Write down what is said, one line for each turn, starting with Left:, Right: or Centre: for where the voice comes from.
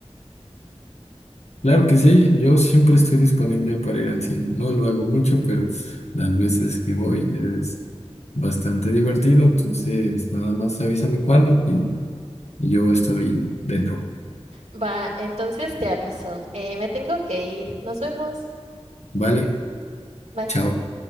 Left: Claro que sí, yo siempre estoy disponible para ir al cine. No lo hago mucho, pero las veces que voy es bastante divertido. Entonces, nada más avísame cuándo y y yo estoy dentro.
Right: Va, entonces te aviso. Eh, me tengo que ir. Nos vemos.
Left: Vale,
Right: Bye.
Left: chao.